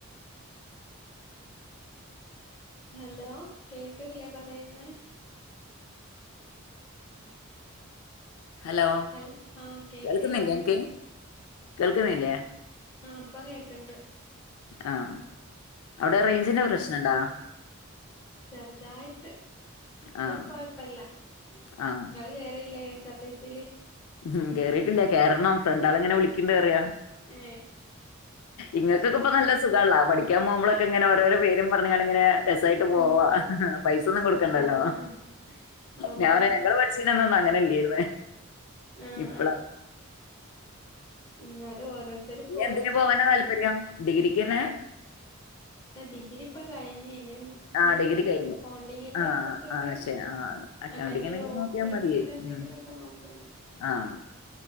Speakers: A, on the left; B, on the left.
A: ഹലോ കേൾക്കില്ലേ പറയുന്നെ
B: ഹലോ
A: ഹല് ആഹ കേക്ക്ല്ലേ
B: കേൾക്കുന്നില്ലേ
A: പറയുന്ന
B: അനക്ക് കേൾക്കുന്നില്ലേ
A: ആഹ് അപ്പാ കേക്ക്‌ണ്ട്
B: ആഹ് അവിടെ റേഞ്ചിന്റെ
A: ഉം
B: പ്രശ്നുണ്ടാ
A: ചെറുതായിട്ട് ഇപ്പം
B: ആഹ്
A: കൊഴപ്പല്ല
B: ആഹ്
A: നിങ്ങൾ കേറിയില്ല കേ സത്തൈസല്ലേ
B: ഉം കേറിയിട്ടില്ല കേറണം ഫ്രണ്ടാള് ഇങ്ങനെ വിളിക്കണ്ട് കേറിയ
A: ഏ
B: ഇങ്ങൾക്കൊക്കെ ഇപ്പ നല്ല സുഖമ ഉള്ള പഠിക്കാൻ പോകു പോഴൊക്കെ ഓരോരോ പേരും പറഞ്ഞു രസായിട്ട് പോവാല്ലോ
A: ഉം
B: പോവാ പൈസൊന്നും കൊടുക്കണ്ടല്ലോ
A: ആഹ് അതന്നെ
B: ഞാൻ പറയാ ഞങ്ങൾ പഠിച്ചീനന്നും അങ്ങനെല്ലായിരുന്നേ
A: ആഹ്
B: ഇപ്പളാ
A: ഇന്നാലും ഓരോ
B: ഇനി എന്തിന്
A: സ്ഥലത്തായി
B: പോവാനാ താല്പര്യം ഡിഗ്രക്ക്ന്നെ
A: ആ ഡിഗ്രി ഇപ്പം കഴിഞ്ഞ് എന്തെില
B: ആഹ് ഡിഗ്രി
A: അക്കൗണ്ടിങ്ങി
B: കഴിഞ്ഞ്. ആഹ്
A: നോക്കണ്ട്
B: ആഹ് ശെ ആഹ് അക്കൗണ്ടിങ്ങിന്
A: അല്ലെങ്കിൽ ഓഫീസി
B: നോക്കിയാ മതി.
A: എന്തെങ്കിലു
B: ഉം
A: ഒക്കെ നോക്കണ്ട്
B: ആഹ്